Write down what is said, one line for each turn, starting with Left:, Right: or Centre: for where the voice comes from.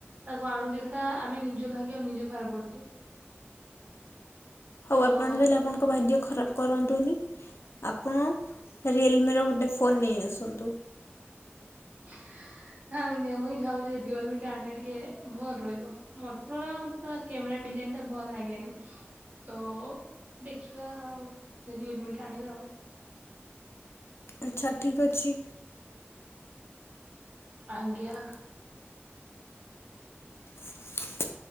Right: ତାକୁ ଆଣୁଚେ ସେଟା ଆମେ ନିଜ ଭାଗ୍ୟ ଆମେ ନିଜେ ଖରାପ କରୁଚେ।
Left: ହଉ
Right: ତ
Left: ଆପଣ ତାହେଲେ
Right: ସେଟା
Left: ଆପଣଙ୍କ ଭାଗ୍ୟ ଖରାପ। କରନ୍ତୁନି ଆପଣ ରିଏଲମିର ଗୋଟେ ଫୋନ ନେଇ ଆସନ୍ତୁ।
Right: <inaudible> ଆଜ୍ଞା ମୁଇଁ ଭାବୁଛି‌ ଯେ ରିଅଲମି ଟା ଆଣିବା ଟିକେ ଭଲ ରହିବ ମଟରୋଲା ମତେ ତ କେମେରା ଡିଜାଇନ ଟା ଭଲ ଲାଗେନି। ତ ଦେଖିବା ଆଉ ରିଏଲମିଟ ଆଣିବା ଆଉ।
Left: ଆଚ୍ଛା ଠିକ୍ ଅଛି।
Right: ଆଜ୍ଞା।
Left: <inaudible>